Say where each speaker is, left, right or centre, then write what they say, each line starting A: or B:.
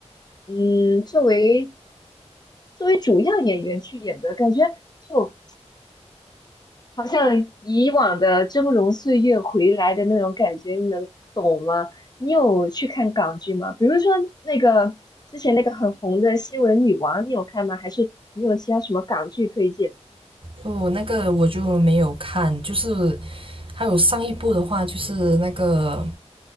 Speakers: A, on the left; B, on the right.
A: 嗯，作为作为主要演员去演的，感觉就好像以往的峥嵘岁月回来的那种感觉，你能懂吗？你有去看港剧吗？比如说那个之前那个很红的《新闻女王》，你有看吗？还是你有其他什么港剧推荐？
B: 哦，那个我就没有看，就是还有上一部的话，就是那个